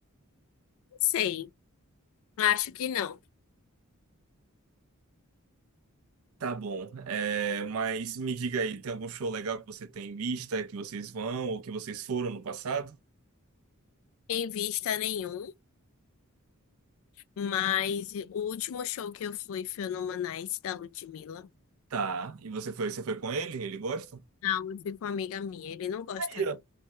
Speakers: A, on the left; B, on the right.
A: Não sei. Acho que não.
B: Tá bom, é, mas me diga aí, tem algum show legal que você tem em vista, que vocês vão ou que vocês foram no passado?
A: Em vista nenhum. Mas o último show que eu fui foi no Manais, da Ludmilla.
B: Tá, e você foi, você foi com ele? Ele gosta?
A: Não, eu fui com uma amiga minha. Ele não gosta,
B: Aí,
A: não.
B: ó,